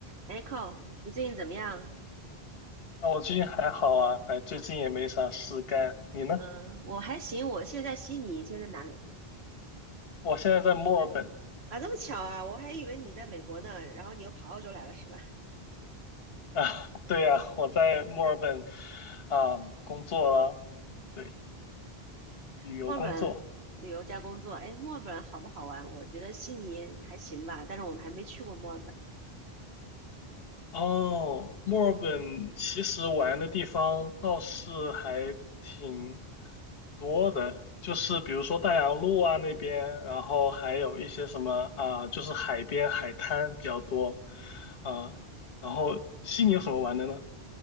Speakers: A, on the right (about 75°); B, on the left (about 65°).
A: 哎 c o 你最近怎么样？
B: 啊，我最近还好啊，哎，最近也没啥事干。
A: 啊
B: 你呢？
A: 嗯，我还行，我现在在悉尼，你现在在哪里？
B: 我现在在墨尔本
A: 啊，这么巧啊，我还以为你在美国呢，然后你又跑澳洲来了是吧？
B: 啊，<laughs> 对呀，我在墨尔本啊工作了，对，旅游工作。
A: 墨尔本旅游加工作，哎，墨尔本好不好玩？我觉得悉尼还行吧，但是我们还没去过墨尔本。
B: 哦，墨尔本其实玩的地方倒是还挺多的，就是比如说大洋路啊那边，然后还有一些什么啊，就是海边海滩比较多，啊，然后悉尼有什么玩的呢？